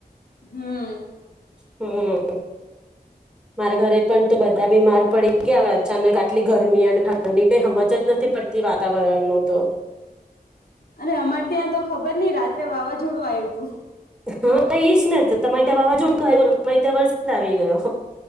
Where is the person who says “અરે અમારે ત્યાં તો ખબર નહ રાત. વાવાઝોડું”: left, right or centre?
Left